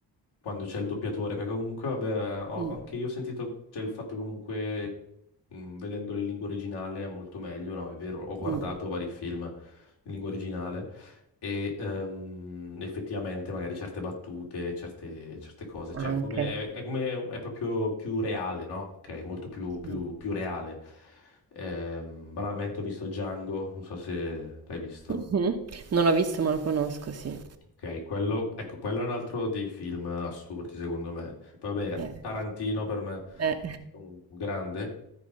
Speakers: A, on the left; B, on the right.
A: quando c'è il doppiatore, perché comunque, vabbè, ho-
B: Mm,
A: anche io ho sentito, c'è il fatto comunque, mh, vedendolo in lingua originale è molto meglio, no? È vero, ho guardato
B: mm,
A: vari film in lingua originale e ehm, effettivamente magari certe battute, certe, certe cose, cioè
B: Anche.
A: come, è, è come, è proprio più reale, no? Ok, molto più, più,
B: Sì.
A: più reale. Ehm, banalmente ho visto Django, non so se l'hai visto.
B: Mhm. Non l'ho visto ma lo conosco, sì.
A: Ok, quello, ecco, quello è un altro dei film assurdi, secondo me. Poi vabbè,
B: Eh,
A: Tarantino per me
B: eh,
A: è un grande.